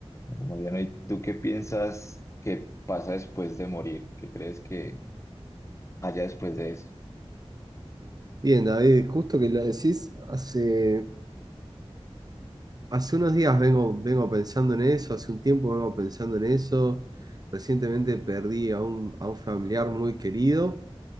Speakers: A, on the left; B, on the right.
A: Bueno, Mariano, ¿y tú qué piensas que pasa después de morir? ¿Qué crees que haya después de eso?
B: Bien, David, justo que lo decís, hace, hace unos días vengo, vengo pensando en eso, hace un tiempo vengo pensando en eso. Recientemente perdí a un, a un familiar muy querido.